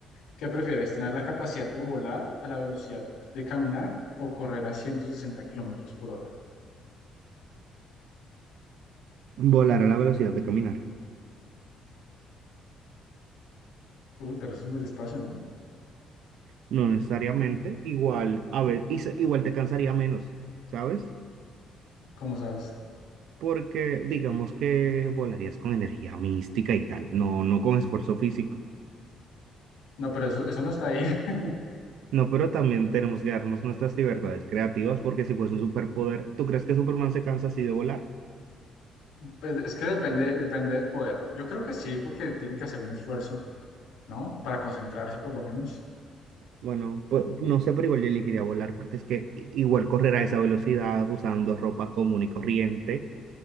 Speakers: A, on the left; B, on the right.
A: ¿Qué prefieres, tener la capacidad de volar a la velocidad de caminar o correr a 160 kilómetros por hora?
B: Volar a la velocidad de caminar.
A: Uy, pero eso es muy despacio, ¿no?
B: No necesariamente, igual, a ver, y se- igual te cansaría menos, ¿sabes?
A: ¿Cómo sabes?
B: Porque digamos que volarías con energía mística y tal, no, no con esfuerzo físico.
A: No, pero eso, eso no está ahí. <laughs>
B: No, pero también tenemos que darnos nuestras libertades creativas, porque si fuese un superpoder, ¿tú crees que Superman se cansa así de volar?
A: Pues es que depende, depende del poder. Yo creo que sí, porque tiene que hacer un esfuerzo, ¿no? Para concentrarse por lo menos.
B: Bueno, pu- no sé, pero igual yo elegiría volar, porque es que i- igual correr a esa velocidad usando ropa común y corriente,